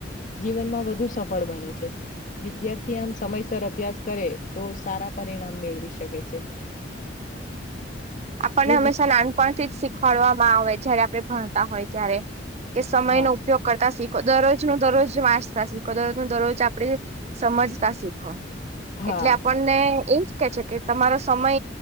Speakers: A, on the left; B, on the right.
A: જીવનમાં વધુ સફળ બને છે. વિદ્યાર્થી આમ સમયસર અભ્યાસ કરે તો સારા પરિણામ મેળવી શકે છે. <inaudible>
B: આપણને
A: જો
B: હંમેશા
A: વિ
B: નાનપણથી જ શીખવાડવામાં આવે જયારે આપણે ભણતા હોય ત્યારે તે સમય
A: હા
B: નો ઉપયોગ કરતા શીખ દરરોજ નું દરરોજ વાંચતા શીખો દરરોજ નું દરરોજ આપડે સમજતા શીખો.
A: હા
B: એટલે આપણને એ જ કે છે, કે તમારો સમય